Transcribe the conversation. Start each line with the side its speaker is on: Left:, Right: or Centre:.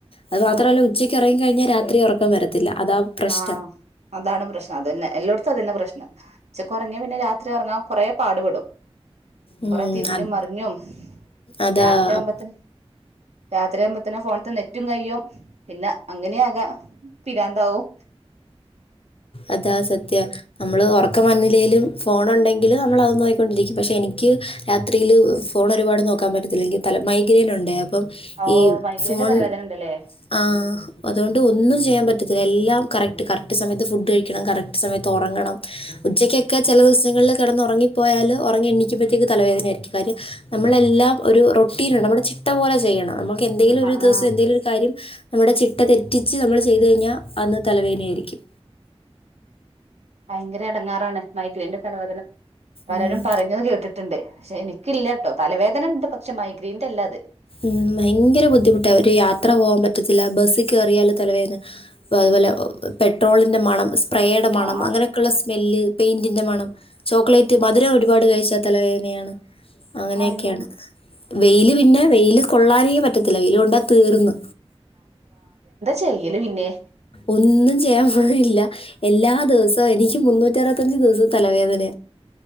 Left: അത് മാത്രമല്ല
Right: ആ
Left: ഉച്ചയ്ക്ക് ഉറങ്ങി കഴിഞ്ഞാൽ രാത്രി ഉറക്കം വരത്തില്ല അതാ പ്രശ്നം.
Right: ആഹ് അതാണ് പ്രശ്നം അതന്നെ എല്ലാടത്തും അതന്നെ പ്രശ്നം നംഉച്ചക്ക ഉറങ്ങിയ പിന്നെ രാത്രി ഉറങ്ങാൻ കൊറെ പാടുപെടും
Left: ഉം.
Right: കൊറെ തിരിഞ്ഞും
Left: അത്
Right: മറിഞ്ഞും
Left: അതാ
Right: രാത്രിയാവുമ്പോത്തന് രാത്രിയകുമ്പത്തനെ ഫോണ്ത്തെ നെ റ്റും കയും പിന്നെ അങ്ങനെയ ആകെ പിരാന്താവും
Left: അതാ സത്യ നമ്മള് ഉറക്കം വന്നിലേയിലും ഫോണുണ്ടെങ്കിൽ നമ്മള അതൊന്നയിക്കൊണ്ടിരിക്കും പക്ഷെ എനിക്ക് രാത്രിയിൽ ഫോൺ ഒരുപാട് നോക്കാൻ പറ്റത്തില്ലെങ്കിൽ തല മൈഗ്രേൻ ഉണ്ട് അപ്പം
Right: ഓ
Left: ഈ
Right: മൈഗ്രേന്റെ
Left: ഫോൺ
Right: തലവേദന ഉണ്ടല്ലേ
Left: ആ അതുകൊണ്ട് ഒന്നും ചെയ്യാൻ പറ്റത്തില്ല എല്ലാം കറക്റ്റ് കറക്റ്റ് സമയത്ത് ഫുഡ് കഴിക്കണം കറക്റ്റ് സമയത്ത് ഉറങ്ങണം ഉച്ചക്കൊക്കെ ചില ദിവസങ്ങളിൽ കടന്നറങ്ങി പോയാല് ഉറങ്ങി എണിക്കുമ്പഴത്തേക്ക് തലവേദന ആായിരിക്കും കാര്യ നമ്മളെല്ലാം ഒരു റൊട്ടീന നമ്മുടെ ചിട്ട പോലെ ചെയ്യണം ന എന്തെങ്കിലും
Right: ആ
Left: ഒരു ദിവസം
Right: ആ
Left: എന്തെലിലും ഒരു കാര്യം നമ്മുടെ ചിട്ട തെറ്റിച്ച് നമ്മൾ ചെയ്ത് കഴിഞ്ഞാൽ അന്ന് തലവേനയായിരിക്കും
Right: ഭയങ്കര എടങ്ങാറാണ് മൈഗ്രേന്റെ തലവദന പലരും
Left: ഉം.
Right: പറഞ്ഞത് കേട്ടിട്ടുണ്ട് പക്ഷെ എനിക്കില്ല കേട്ടോ തലവേദന ഉണ്ട് പക്ഷെ മൈഗ്രയിൻറ അല്ലാ അത്
Left: ഉം ഭയങ്കര ബുദ്ധിമുട്ട് ഒരു യാത്ര പോകാൻ പറ്റത്തില്ല ബസ്സിൽ കയറിയാല തലവേന്ന് അതുപോലെ പെട്രോളിൻ്റെ മണം സ്പ്രേയുടെ മണം
Right: ആ
Left: അങ്ങനെയൊക്കെയുള്ള സ്മെല്ല് പെയിന്റിന്റെ മണം ചോക്ലേറ്റ് മധുരം ഒരുപാട് കഴിച്ച തലവേദനയാണ് അങ്ങനെയൊക്കെയാണ്
Right: അയ്യോ
Left: വെയില് പിന്നെ വെയില് കൊള്ളാനേ പറ്റത്തില്ല വെയില് കൊണ്ടാ തീർന്ന്
Right: ചെയ്യല്ലേ പിന്നെ
Left: ഒന്നും ചെയ്യാൻ പോവില്ല എല്ലാ ദിവസവും എനിക്ക് മുന്നൂറ്റി അറുപത്തഞ്ച ദിവസ തലവേദന